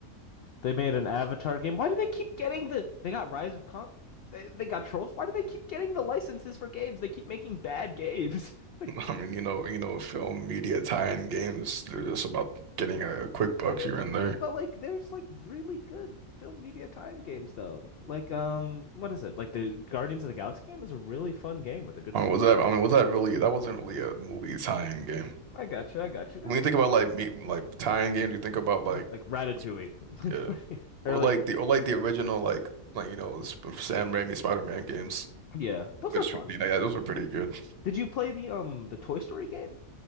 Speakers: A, on the left (about 65°); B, on the right (about 55°).
A: They made an Avatar game. Why do they keep getting the? They got Rise of Kong. They, they got Trolls. Why do they keep getting the licenses for games? They keep making bad games. <laughs> Like,
B: <laughs> I mean, you know, you know, film media tie-in games, they're just about getting a quick buck
A: I mean,
B: here and there.
A: but like there's like really good film media tie-in games though. Like um what is it? Like the Guardians of the Galaxy game is a really fun game with a good
B: I
A: story.
B: mean, was that, I mean, was that really, that wasn't really a movie tie-in game.
A: I got you. I got you. There's
B: When you
A: some,
B: think about like me, like tie-in games, you think about like,
A: like Ratatouille.
B: s-
A: <laughs>
B: yeah,
A: Like or
B: or
A: like
B: like the, or like the original, like, like, you know, Sp- Sam Raimi Spider-Man games,
A: yeah, those
B: which,
A: are fun.
B: you know, yeah, those were pretty good.
A: Did you play the um the Toy Story game?